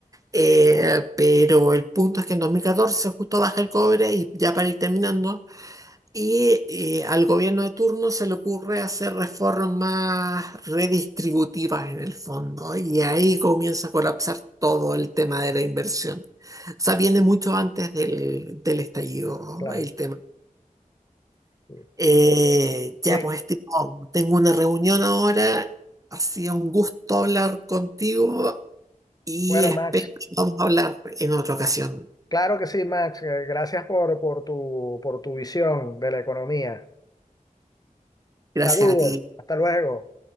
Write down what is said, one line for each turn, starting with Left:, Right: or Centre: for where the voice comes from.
Right: Eh, pero el punto es que en 2014 justo baja el cobre y ya para ir terminando. Y eh, al gobierno de turno se le ocurre hacer reformas redistributivas en el fondo, y ahí comienza a colapsar todo el tema de la inversión. O sea, viene mucho antes del, del estallido
Left: claro.
Right: el tema.
Left: sí.
Right: Eh, ya,
Left: Que,
Right: pues, este, oh, tengo una reunión ahora, ha sido un gusto hablar contigo y
Left: bueno,
Right: espero
Left: Max,
Right: que vamos a hablar en otra ocasión.
Left: claro que sí, Max, eh, gracias por, por tu, por tu visión de la economía.
Right: Gracias
Left: Saludos,
Right: a ti.
Left: hasta luego.